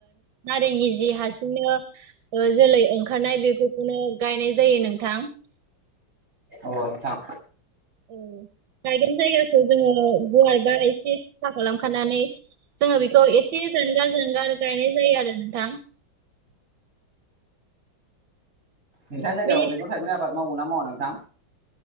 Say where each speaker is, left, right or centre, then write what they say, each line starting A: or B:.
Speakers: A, on the right; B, on the right.
A: नारेंनि जि हारसिंनो ओ जोलै ओंखारनाय बेफोरखौनो गायनाय जायो नोंथां
B: अ नोंथां
A: औ गायगोन जायगाखौ जोङो गुवारबा एसे साफा खालामखानानै जोङो बेखौ एसे जानगार जानगार गायनाय जायो आरो नोंथां
B: नोंथांनि जायगायाव
A: बिनि
B: मैगं थाइगंनि आबाद मावोना मावा नोंथां